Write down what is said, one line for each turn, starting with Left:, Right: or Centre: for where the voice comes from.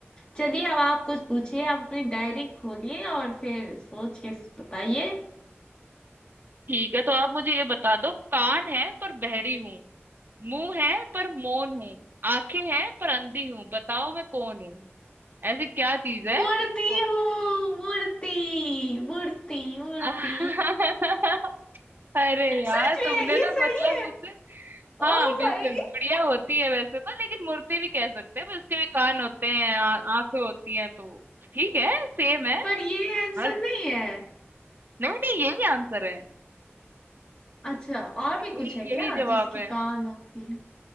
Left: चलिए अब आप कुछ पूछिए आप अपनी डायरी खोलिए और फिर सोच के बताइए
Right: ठीक है तो आप मुझे ये बता दो कान है पर बहरी हूँ मुंह है पर मौन हूँ आंखें हैं पर अंधी हूँ बताओ मैं कौन हूँ ऐसी क्या चीज है
Left: मूर्ति
Right: देखो
Left: हूँ मूर्ति मूर्ति मूर्ति
Right: <laughs> अरे यार
Left: सच
Right: तुमने
Left: में ये
Right: तो
Left: सही
Right: मतलब
Left: है
Right: मुझसे हाँ
Left: ओ
Right: बिल्कुल
Left: भाई
Right: गुड़िया होती है वैसे तो लेकिन मूर्ति भी कह सकते हैं पर उसके भी कान होते हैं आ- आंखें होती हैं तो ठीक है सेम है
Left: पर ये आंसर
Right: हर
Left: नहीं है
Right: नहीं नहीं यही आंसर है
Left: अच्छा और
Right: यही
Left: भी कुछ है क्या
Right: यही जवाब
Left: जिसकी
Right: है
Left: कान होती है